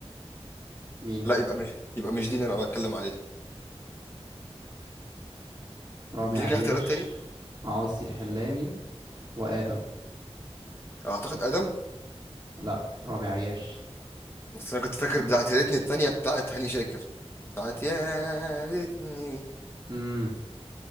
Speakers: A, on the right; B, on the left.
A: مين
B: لا يبقى مش يبقى مش دي اللي أنا بتكلم عليها
A: رامي
B: اديني
A: عياش
B: كده اختيارات تاني
A: عاصي الحلاني وآدم
B: أعتقد أدم
A: لا رامي عياش
B: بس أنا كنت فاكر بتاعت يا ريتني التانية بتاعت هاني شاكر بتاعت يا ريتني
A: امم